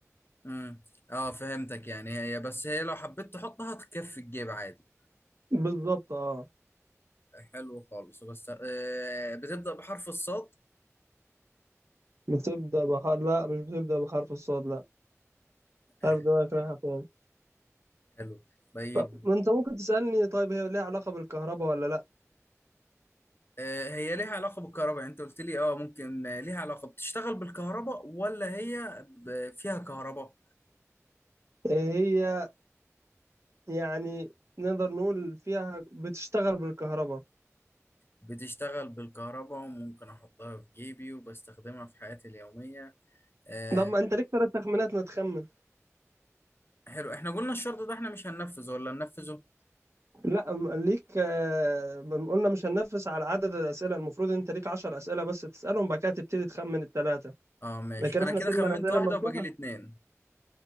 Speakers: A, on the left; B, on the right.
A: امم اه فهمتك يعني هي بس هي لو حبيت تحطها تكفي الجيب عادي
B: بالظبط اه
A: حلو خالص بس آه بتبدأ بحرف الصاد
B: بتبدأ بحرف لا مش بتبدأ بحرف الصاد لا
A: آه
B: عارف دماغك رايحة فين
A: حلو طيب
B: طب ما انت ممكن تسألني طيب هي ليها علاقة بالكهرباء ولا لا
A: آه هي ليها علاقة بالكهرباء يعني انت قلت لي اه ممكن آه، ليها علاقة بتشتغل بالكهرباء ولا هي ب- فيها كهرباء
B: هي يعني نقدر نقول فيها بتشتغل بالكهرباء
A: بتشتغل بالكهرباء وممكن احطها في جيبي وبستخدمها في حياتي اليومية آه
B: طب ما انت ليك ثلاث تخمينات ما تخمن
A: حلو احنا قلنا الشرط ده احنا مش هننفذه ولا ننفذه
B: لا م- ليك آه، م- قلنا مش هننفذ على عدد الاسئله المفروض انت ليك 10 اسئله بس تسالهم بعد كده تبتدي تخمن الثلاثه
A: اه ماشي
B: لكن
A: انا
B: احنا
A: كده
B: سيبنا
A: خمنت
B: الاسئله
A: واحدة
B: مفتوحه
A: وباجي لي اتنين